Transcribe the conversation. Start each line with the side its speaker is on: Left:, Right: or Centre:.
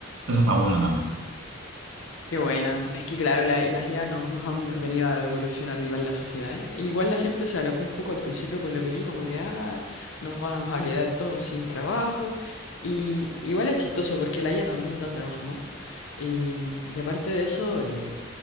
Right: Eso está bueno también.
Left: Qué buena. Es que, claro, la- las IA nos, nos han venido a revolucionar igual la sociedad, ¿eh? Igual la gente se alocó un poco al principio por lo que vi, como que, ah, nos vamos a quedar todos sin trabajo. Y igual es chistoso porque la IA también da trabajo, ¿no? Y, y aparte de eso, eh,